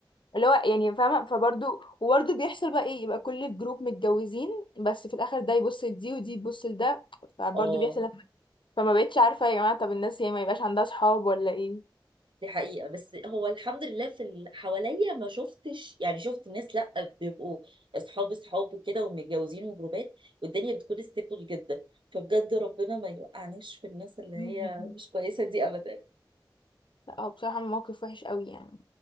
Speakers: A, on the left; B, on the right.
A: اللي هو يعني فاهمه فبرضه وبرضه بيحصل بقى ايه يبقى كل الجروب متجوزين بس في الاخر ده يبص لدي ودي تبص لده فبرضه
B: اه
A: بيحصل فما بقتش عارفه يا جماعه طب الناس يعني ما يبقاش عندها صحاب ولا ايه
B: دي حقيقة بس هو الحمد لله في اللي حواليا ما شفتش يعني شفت ناس لا بيبقوا اصحاب اصحاب وكده ومتجوزين وجروبات والدنيا بتكون ستيبل جدا فبجد ربنا ما يوقعناش في الناس اللي هي
A: مم.
B: مش كويسة دي ابدا
A: لا هو بصراحه موقف وحش قوي يعني